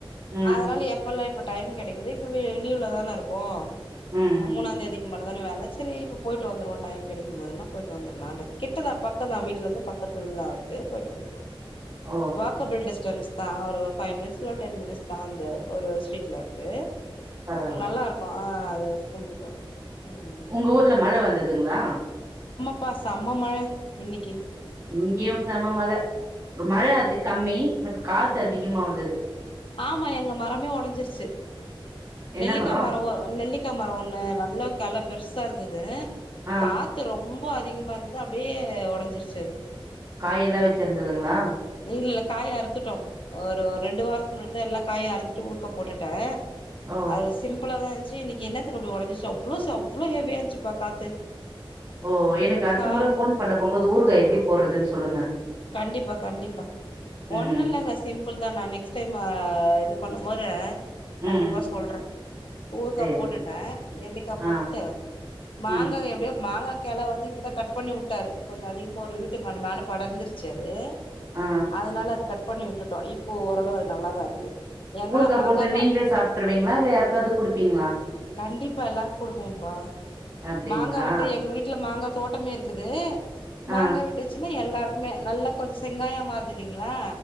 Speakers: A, on the right; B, on the left.
A: ம்,
B: அதனால எப்பெல்லா இப்ப டைம் கெடைக்குது இப்ப வெளியூர்லதான இருக்கோ
A: ம்.
B: மு மூனாந்தேத்திக்கு நம்ளதான வேல செரி இப்ப போயிட்டு வந்துருவோ டைம் கெடைக்கும் போதெல்லா போய்ட்டு வந்துறலான்ட்டு கிட்ட தா பக்கந்தா வீட்ல இருந்து பக்கத்துல தா இருக்கு போய்ட்டு வந்துருவோ
A: ஓ!
B: வாக்கபுள் டிஸ்டன்ஸ் தா ஒரு ஒ ஃபைவ் மினிட்ஸ் இல்ல டென் மினிட்ஸ் தா அந்த ஒரு ஸ்ட்ரீட்ல இருக்கு
A: பரவால்ல.
B: அங்க நல்லா இருக்கு ஆ அத கும்டுட்டு வந்துருவோ ம்
A: உங்க ஊர்ல மழ வந்து துங்க்ளா
B: பா செம்ம மழ இன்னிக்கி
A: இங்கயு செம மழ ஒரு மழ அது கம்மி பட் காத்து
B: ம்
A: அதிகமா வந்தது
B: ஆமா எங்க மரமே ஒடஞ்சிருச்சு
A: என்ன
B: நெல்லிக்கா
A: மரம்?
B: மரோ ஒ நெல்லிக்கா மரோ ஒண்ணு நல்லா கெள பெர்சா இருந்தது
A: ஆ.
B: காத்து ரொம் ரொம்ப அதிகமா இருந்தது அப்டியே ஒடஞ்சிருச்சு அது
A: காய் எல்லா வெச்சிருந்ததுங்களா
B: இல்லல்ல காய அறுத்துட்டோ ஒரு ரெண்டு வாரத்துக்கு முன்னாடி தா எல்லா காய அறுத்துட்டு ஊறுகா போட்டுட்டே
A: ஓ
B: அது சிம்பிள தா இ ச்சு இன்னைக்கி என்னத்துக்கு இப்டி ஒடஞ்சிச்சு அவ்ளோ ச அவ்ளோ ஹெவியா இருந்ச்சுப்பா காத்து
A: ஓ எனக்கு அடுத்த
B: கா
A: முற போன் பண்ண போம் போது ஊறுகா எப்டி போட்றதுன்ஸ் சொல்லுங்க
B: கண்டிப்பா கண்டிப்பா
A: ம்
B: ஒண்ணுல்லெங்க சிம்ப்புள் தா நா நெக்ஸ்ட் டைம் ஆ இது பண்ணும்போது கண்டிப்பா
A: ம்
B: சொல்றே ஊர்கா
A: சேரி
B: போட்டுட்டே நெல்லிக்கா போட்டுட்டு
A: ஆ
B: மாங்கா
A: ம்
B: எப்டியோ மாங்கா கெள வது இப்பதா கட் பண்ணி உட்டாரு கொஞ்சொ அதிகமாக ஒரு வீட்டு மேல மேல படர்ந்துருச் ச்சது
A: ஆ
B: அதனால அது கட் பண்ணி விட்டுட்டோ இப்போ ஓரளவு அது நல்லாதா இருக்கு எங்கடா
A: ஊறுகா
B: மாங்காம
A: போட்டு நீங்களே சாப்ட்ருவீங்களா இல்ல யாருக்காவது குடுப்பீங்களா
B: கண்டிப்பா எல்லார்க் குடுக்குவோம்பா
A: அப்டிங்களா
B: மாங்கா விட்டு எங்க வீட்ல மாங்கா தோட்டமே இருக்குது மாங்கா
A: ஆ
B: விட்டுச்சுனா எ எல்லார்க் குமே நல்லா கொஞ்சொ செங்காயா மாறுதில்லிங்களா